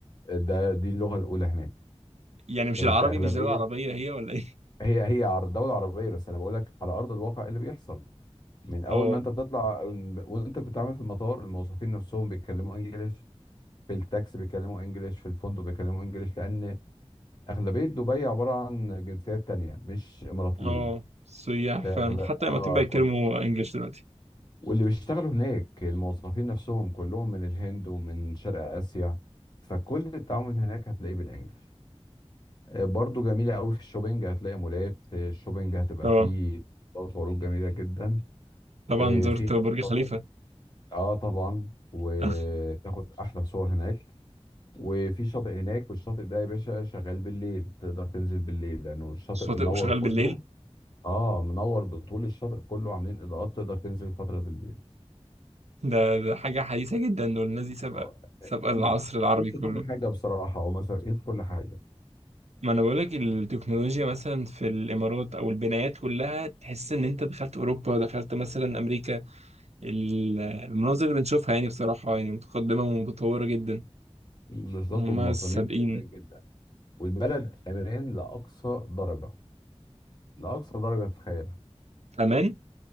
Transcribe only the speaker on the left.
ده دي اللغه الاولى هناك
انت
اغلبيه
هي هي عر- دوله عربيه بس انا بقول لك على ارض الواقع إيه اللي بيحصل من اول
ما انت بتطلع وانت بتتعامل في المطار الموظفين نفسهم بيتكلموا انجلش في التاكسي بيتكلموا انجلش في الفندق بيتكلموا انجلش لان اغلبيه دبي عباره عن جنسيات تانية مش اماراتيين
آه،
أغل-
اه
واللي بيشتغلوا هناك الموظفين نفسهم كلهم من الهند ومن شرق آسيا فكل التعامل هناك هتلاقيه بالانجلش آه، برضو جميلة قوي في الشوبينج هتلاقي مولات آه، الشوبينج هتبقى
فيه طلبات وعروض جميلة جدا
آه،
في هناك
شاطئ
اه طبعا وتاخد
احلى صور هناك وفي شاطئ هناك والشاطئ ده يا باشا شغال بالليل تقدر تنزل بالليل لانه الشاطئ
منور
كله
اه منور بطول الشاطئ كله عاملين اضاءات تقدر تنزل فترة بالليل
هو
أم-
يمشي
كل حاجة بصراحة هو مسؤولين في كل حاجة
بالظبط
ومنظمين
جدا جدا والبلد أمان لأقصى درجة لأقصى درجة تتخيلها